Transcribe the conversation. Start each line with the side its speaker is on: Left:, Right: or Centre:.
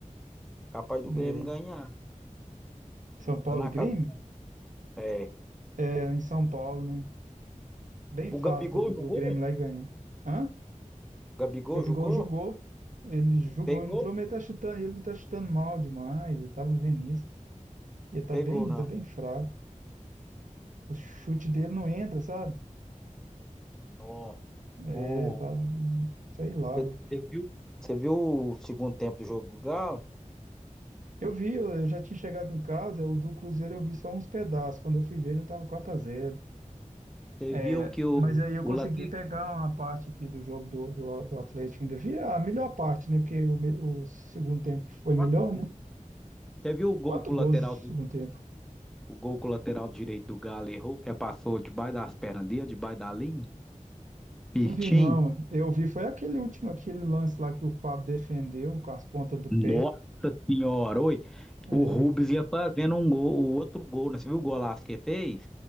Centre: capaz do
Right: É,
Centre: Grêmio ganhar,
Right: São Paulo
Centre: lá na
Right: e Grêmio?
Centre: casa do, é.
Right: É, em São Paulo, né? Bem
Centre: O
Right: fácil
Centre: Gabigol
Right: do,
Centre: jogou?
Right: Grêmio lá e ganha. Hã?
Centre: O Gabigol
Right: O Gabigol
Centre: jogou?
Right: jogou. Ele jogou,
Centre: Fez gol?
Right: entrou, mas ele tá chutando, ele tá chutando mal demais. Eu tava vendo isso. Ele tá
Centre: Fez
Right: bem,
Centre: gol, não.
Right: tá bem fraco. O chute dele não entra, sabe?
Centre: No,
Right: É,
Centre: o,
Right: tá. Sei lá,
Centre: você
Right: velho.
Centre: viu, você viu o segundo tempo do jogo do Galo?
Right: Eu vi, eu eu já tinha chegado em casa, o do Cruzeiro eu vi só uns pedaços. Quando eu fui ver, já tava 4x0.
Centre: Você
Right: É,
Centre: viu que o,
Right: mas aí eu
Centre: o
Right: consegui
Centre: lateral,
Right: pegar uma parte aqui do jogo do, do, do Atlético, ainda vi a melhor parte, né? Porque o, me- o segundo tempo que foi
Centre: quatro
Right: melhor,
Centre: gols.
Right: né?
Centre: Você viu o gol
Right: Quatro
Centre: com o
Right: gols
Centre: lateral
Right: no segundo
Centre: do,
Right: tempo.
Centre: o gol com o lateral direito do Galo errou, que passou debaixo das pernas dele, debaixo da linha? Pirtim,
Right: Não vi, não. Eu vi, foi aquele último, aquele lance lá que o Fábio defendeu com as pontas do pé.
Centre: nossa senhora, oi,
Right: É,
Centre: o Rubens ia fazendo um gol, o outro gol, né? Você viu o golaço que ele fez?